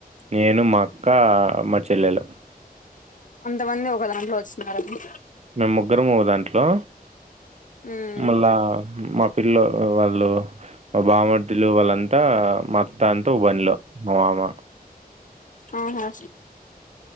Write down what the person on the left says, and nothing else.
అంతమంది ఒక దాంట్లో వస్తున్నారని
ఉమ్
ఆహా